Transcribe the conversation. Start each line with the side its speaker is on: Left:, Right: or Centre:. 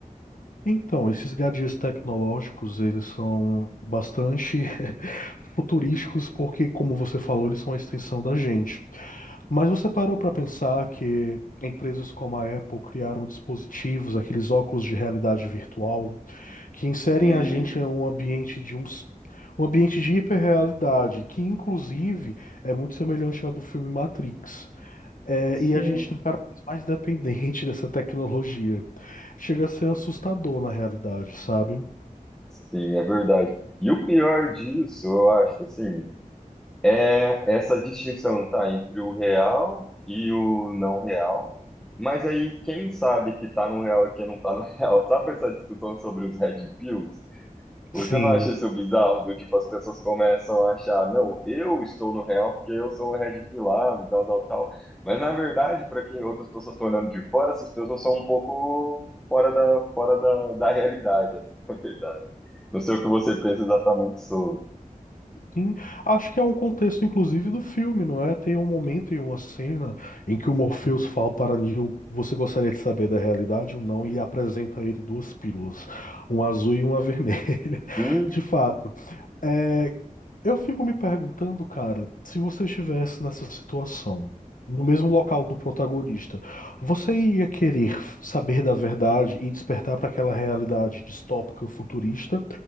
Left: Então, esses gadgets tecnológicos, eles são bastante <laughs> futurísticos porque, como você falou, eles são a extensão da gente. Mas você parou para pensar que empresas como a Apple criaram dispositivos, aqueles óculos de realidade virtual, que inserem
Centre: Sim,
Left: a gente em um ambiente de um, s- um ambiente de hiperrealidade, que inclusive é muito semelhante ao do filme Matrix. É,
Centre: sim,
Left: e a gente tá cada vez mais dependente <laughs> dessa tecnologia. Chega a ser assustador na realidade, sabe?
Centre: sim, é verdade. E o pior disso, eu acho, assim, é essa distinção, tá, entre o real e o não real. Mas aí, quem sabe que tá no real e quem não tá no <laughs> real? Sabe essa discussão sobre os Red Pills? Você
Left: Sim.
Centre: não acha isso bizarro? Do tipo, as pessoas começam a achar, não, eu estou no real porque eu sou um red pilado, tal, tal, tal. Mas na verdade, para quem outras pessoas estão olhando de fora, essas pessoas são um pouco fora da, fora da, da realidade, <laughs> essa é a verdade. Não sei o que você pensa exatamente sobre.
Left: Sim, acho que é um contexto, inclusive, do filme, não é? Tem um momento e uma cena em que o Morpheus fala para Neo, você gostaria de saber da realidade ou não, e apresenta a ele duas pílulas, uma azul e uma vermelha. <laughs>
Centre: Sim,
Left: De fato. É, Eu fico me perguntando, cara, se você estivesse nessa situação, no mesmo local do protagonista, você ia querer saber da verdade e despertar para aquela realidade distópica futurista,